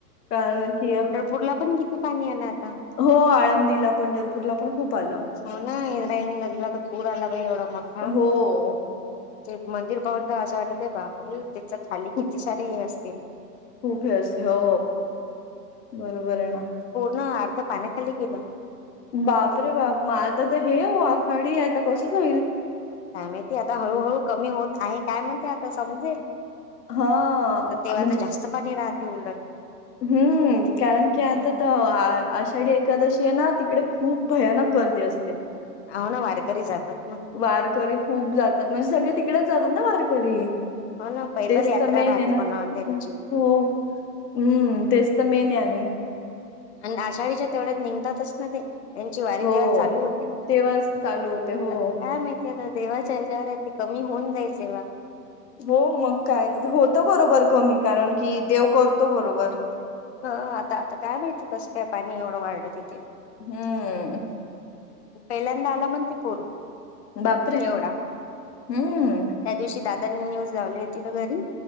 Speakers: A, on the left; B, on the left.
A: कारण की
B: कुडला पण की ते पाणी आलं आता.
A: हो आळंदीला, पंढरपूरला पण खूप आलं.
B: हो ना इंद्रायणी नदीला तर पूर आला बाई एवढा मोठा.
A: हो.
B: ते मंदिर पाहूनदा असं वाटत आहे बापरे त्याच खाली
A: खूप
B: किती सारे हे असतील.
A: खूप हे असते हो बरोबर आहे ना.
B: ना अर्धा पाण्या खाली गेलं.
A: बाप रे बाप म आता तर हे हो आखाडी आता कसच होईल.
B: काय माहितीय आता हळूहळू कमी होत आहे काय म्हणते आता समजेल.
A: हां,
B: आता तेव्हा आता जास्त पाणी राहते उलट.
A: हम्म, कारण की आता
B: हम्म
A: तो आ आषाढी एकादशी आहे ना तिकडे खूप भयानक गर्दी असते.
B: हाव ना वारकरी जातात ना.
A: वारकरी खूप जातात म्हणजे सगळे तिकडेच जातात ना वारकरी.
B: हो ना पैदल
A: तेच
B: यात्रा
A: तर मेन
B: राहते
A: आहे ना
B: कोणा त्यांची
A: हो. हम्म तेच तर मेन आहे आणि
B: आणि आषाढीच्या तेवढ्यात निंगतातच ना ते. त्यांची वारी
A: हो,
B: तेव्हा चालू होती
A: तेव्हाच चालू होते.
B: आता
A: हो,
B: काय माहित. ते आता देवाच्या हेच्यावर आहे ते कमी होऊन जाईल तेव्हा.
A: हो मग काय तिथे होतं बरोबर कमी कारण की देव करतो बरोबर.
B: हा आता आता काय माहिती कसं काय पाणी एवढं वाढलं तिथे.
A: हम्म.
B: पहिल्यांदा आला म्हण ते पूर
A: बापरे!
B: एवढा.
A: हं.
B: त्या दिवशी दादांनी न्यूज लावली होती ना घरी